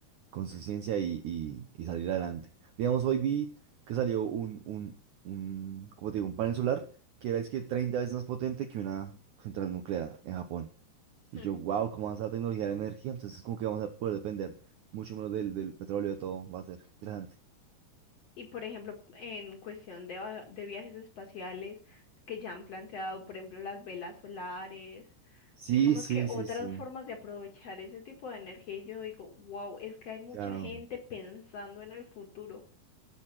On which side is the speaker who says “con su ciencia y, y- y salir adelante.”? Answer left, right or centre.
Right